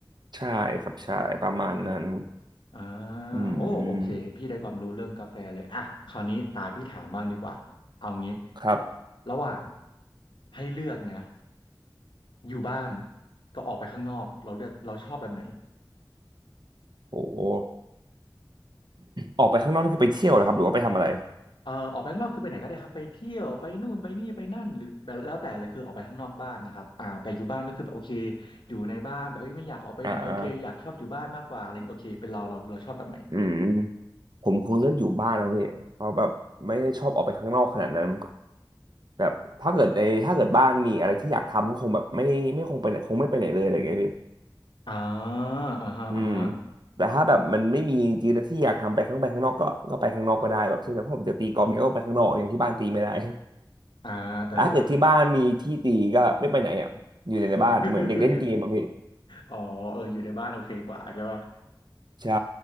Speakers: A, on the right; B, on the left.
A: ใช่ครับใช่ประมาณนั้น
B: อ่า
A: อืม
B: โอ้โอเคพี่ได้ความรู้เรื่องกาแฟเลยอ่ะคราวนี้ตาพี่ถามบ้างดีกว่า เอางี้
A: ครับ
B: ระหว่างให้เลือกนะอยู่บ้านก็ออกไปข้างนอกเราเลือกเราชอบแบบไหน
A: โหออกไปข้างนอกนี่คือไปเที่ยวเหรอครับหรือว่าไปทำอะไร
B: เอ่อออกไปข้างนอกคือไปไหนก็ได้ครับไปเที่ยวไปนู่นไปนี่ไปนั่นหรือแบบแล้วแต่เลยคือออกไปข้างนอกบ้านนะครับอ่าแต่อยู่บ้านก็คือแบบโอเคอยู่ในบ้านแบบเอ้ยไม่อยากออกไปไหนโอเคอยากชอบอยู่บ้านมากกว่าอะไรโอเคเป็นเราเราเราชอบแบบไหน
A: อ่าอืมผมคงเลือกอยู่บ้านนะพี่เพราะแบบไม่ได้ชอบออกไปข้างนอกขนาดนั้นแบบถ้าเกิดในถ้าเกิดบ้านมีอะไรที่อยากทำก็คงแบบไม่ไม่คงไปไหนคงไม่ไปไหนเลยอะไรอย่างเงี้ยพี่
B: อ่าอ่าฮะอ่าฮะ
A: อืมแต่ถ้าแบบมันไม่มีจริงๆนะที่อยากทำไปข้างไปข้างนอกก็ก็ไปข้างนอกก็ได้แบบเช่นแบบผมจะตีกอล์ฟเนี่ยก็ไปข้างนอกอย่างที่บ้านตีไม่ได้
B: อ่าแต่ถ้าตัวาที่บ้าน
A: ถ้าเกิดที่บ้านมีที่ตีก็ไม่ไปไหนอ่ะอยู่แต่ในบ้านเหมือนเด็กเล่นเกมอ่ะพี่
B: <laughs> อยู่อ๋อเอออยู่ในบ้านโอเคกว่าใช่ป่ะ
A: ใช่